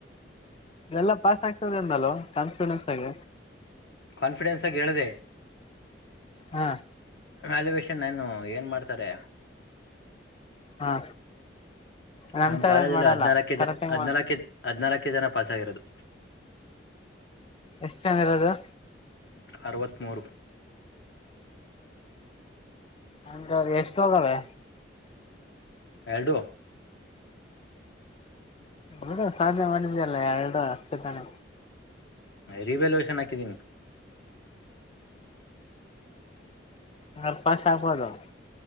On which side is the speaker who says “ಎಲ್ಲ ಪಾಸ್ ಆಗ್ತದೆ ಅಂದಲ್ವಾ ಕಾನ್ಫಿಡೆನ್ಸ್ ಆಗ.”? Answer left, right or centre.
Left